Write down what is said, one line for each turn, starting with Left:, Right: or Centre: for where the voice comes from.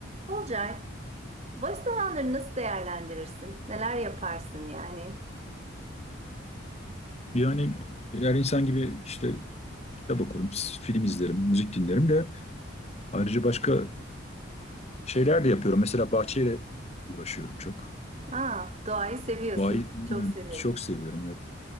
Right: Olcay, boş zamanları nasıl değerlendirirsin? Neler yaparsın yani?
Left: Yani eğer insan gibi işte kitap okurum, film izlerim, müzik dinlerim de ayrıca başka şeyler de yapıyorum. Mesela bahçeyle uğraşıyorum çok.
Right: Aa, doğayı seviyorsun.
Left: Doğayı e,
Right: Ben çok severim.
Left: çok seviyorum. ve